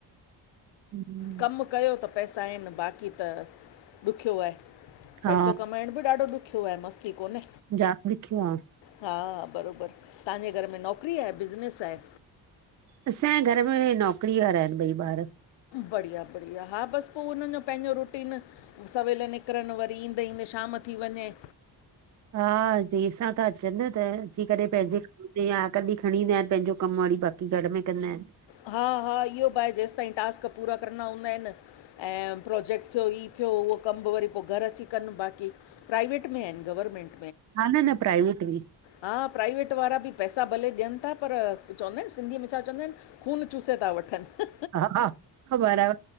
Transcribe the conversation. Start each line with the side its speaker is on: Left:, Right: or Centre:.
Right: हम्म,
Left: कमु कयो त पैसा आहिन, बाक़ी त ॾुख्यो आहे।
Right: हा
Left: पैसो कमाइण बि ॾाढो ॾुखियो आहे, मस्ती कोन्हे।
Right: जाम ॾुख्यो आ।
Left: हा- हा, बरोबर, तहांजे घर में नौकिरी आ, बिज़नेस आहे?
Right: असांजे घर में नौकिरी वारा आहिन ॿई ॿार।
Left: बढ़िया- बढ़िया, हा बस पो हुन्हनि जो पंहिंजो रूटीन। सवेल निकिरनि, वरी ईंदे- ईंदे शाम थी वंञे।
Right: हा देर सां ता अचन, त अची करे पंहिंजे या कॾिं खणी ईंदा आहिन पंहिंजो कम, वरी बाक़ी घर में कंदा आहिन।
Left: हा- हा, इहो बि आहे, जेसिताईं टास्क पूरा करणा हूंदा आहिन ऐं प्रोजेक्ट थियो, ई थियो उहो कमु बि वरी पो घरु अची कन बाक़ी। प्राइवेट में आहिन, गवर्नमेंट?
Right: हा न- न प्राइवेट में।
Left: हा प्राइवेट वारा बि पैसा भले ॾियनि था, पर चवंदा आहिन सिंधीअ में छा चवंदा आहिन खून चुसे था वठनि।
Right: हा बराबरि